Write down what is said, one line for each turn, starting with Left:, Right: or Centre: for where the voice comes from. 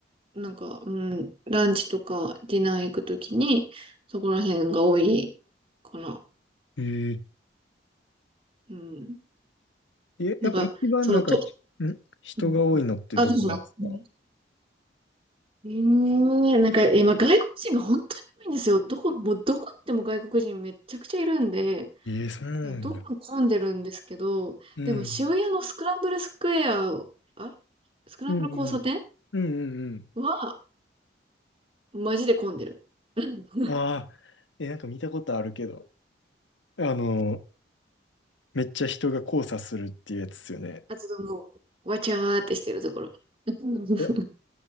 Right: なんか、うん、ランチとかディナー行くときに、そこら辺が多いかな。
Left: え
Right: うん。
Left: ええ、
Right: なんか、
Left: やっぱ一番なんか、
Right: その、と、
Left: ひん人が多いのってどこなんですか
Right: うんうんあ、どうぞうんえーなんか今外国人が本当に多いんですよ。どこ、もうどこ行っても外国人めっちゃくちゃいるんで、
Left: ええそうなんや。
Right: どこも混んでるんですけど、
Left: うん。
Right: でも渋谷のスクランブルスクエア、あ、スクランブル交差点
Left: うんうん。うんうん
Right: は、マジで混んでる。うん <laughs>
Left: うん。ああ、え、なんか見たことあるけど。あの、めっちゃ人が交差するっていうやつっすよね。
Right: あとでもう、わちゃーってしてるところ。うんどう
Left: いや、